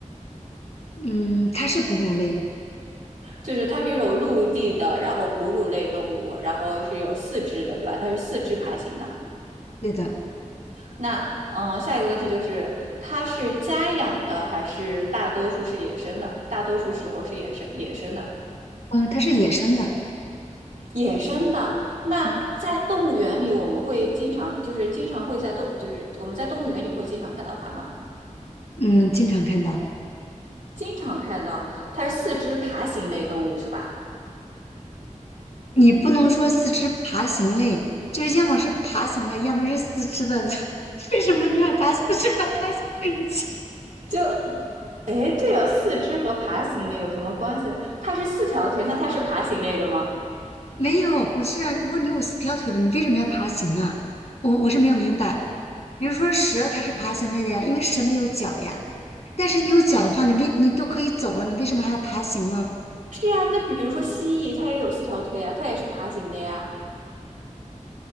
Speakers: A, on the left; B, on the right.
A: 嗯，它是哺乳类，
B: 就是它是一种陆地的，然后哺乳类动物，然后是有四肢的，对吧？它是四肢爬行的。
A: 对的，
B: 那嗯、呃下一个问题就是，它是家养的还是大多数是野生的？大多数时候是野生野生的，
A: 嗯，它是野生的，
B: 野生的。那在动物园里，
A: 嗯
B: 我们会经常就是经常会在动就是我们在动物园里会经常看到它吗？
A: 嗯，经常看到。
B: 经常看到，它是四肢爬行类动物是吧？
A: 你不能说四肢爬行类，就是要么是爬行类，要么是四肢的。<laughs> 为什么你要把四肢和爬行在一起？
B: 就诶，这个四肢和爬行类有什么关系呢？它是四条腿，那它是爬行类的吗？
A: <laughs> 没有，不是啊。如果你有四条腿了，你为什么要爬行啊？我我是没有明白。比如说蛇，它是爬行类的呀，因为蛇没有脚呀。但是你有脚的话，你为你都可以走了，你为什么还要爬行呢？
B: 是啊，那比如说蜥蜴，它也有四条腿啊，它也是爬行的呀，